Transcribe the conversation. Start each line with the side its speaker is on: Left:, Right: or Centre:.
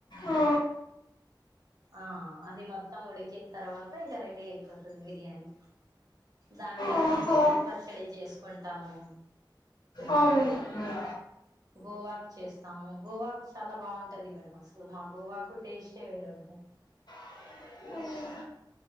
Left: ఆ
Right: ఆ అది మొత్తం ఉడికిన్ తర్వాత ఇంకా రెడీ అయిపోతది బిర్యానీ దాంట్లోకి
Left: ఓహో
Right: పెరుగు పచ్చడి చేసుకుంటాము.
Left: అవునవును
Right: గోవాకి చేస్తాము గోవాకు చాలా బాగుంటది మేడం అసలు మా గోవాకు టేస్టే వేరుంటది
Left: ఉమ్